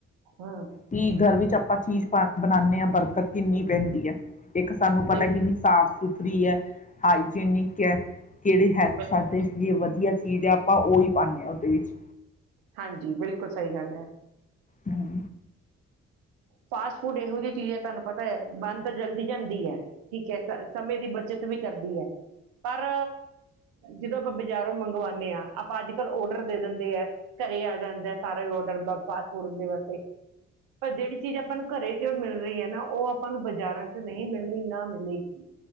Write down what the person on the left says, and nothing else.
ਕੀ ਘਰ ਵਿੱਚ ਆਪਾਂ ਚੀਜ਼ ਬਣਾਉਦੇ ਹਾਂ ਬਰਕਤ ਕਿੰਨੀ ਪੈਂਦੀ ਹੈ। ਇੱਕ ਸਾਨੂੰ ਪਤਾ
ਕਿੰਨੀ ਸਾਫ਼ ਸੁਪਰੀ ਹੈ ਹਾਈਜਿਨੀ ਕ ਹੈ ਕਿਹੜੇ ਹੈ,
ਸਾਡੇ ਲਈ ਵਧੀਆ ਕੀਜ਼ ਆਪਾਂ ਉਹੀ ਪਾਉਂਦੇ ਹਾਂ ਉਹਦੇ ਵਿੱਚ
ਹਮ।